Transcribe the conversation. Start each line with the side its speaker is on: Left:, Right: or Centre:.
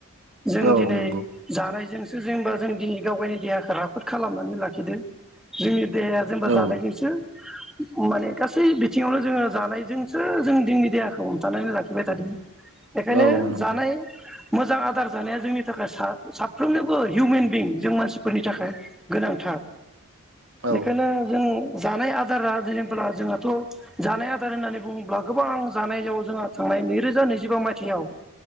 Centre: जों
Right: औ
Centre: दिनै
Right: नंगौ
Centre: जानायजोंसो जेंबा जों दिनि गाव गायनि देरहाखो राफोरद खालामनानै लाखिदो जोंनि देहाया जेनबा
Right: औ
Centre: जानायजोंसो माने गासै बिथिङावनो जोङो जानायजोंसो जों दोंनि देहाखौ हमथानानै लाखिबाय थादों बेखायनो
Right: औ नंगौ
Centre: जानाय मोजां आदार जानाया जोंनि थाखाया सा- साफ्रोमनोबो हिउमेन बिं जों मानसिफोरनि थाखाय गोनांथार
Right: औ
Centre: बेखायनो जों जानाय आदारा जेनेब्ला जोंहाथ' जानाय आदार होननानै बुङोब्ला गोबां जानायाव जोंहा थांनाय नैरोजा नैजिबा मायथाइयाव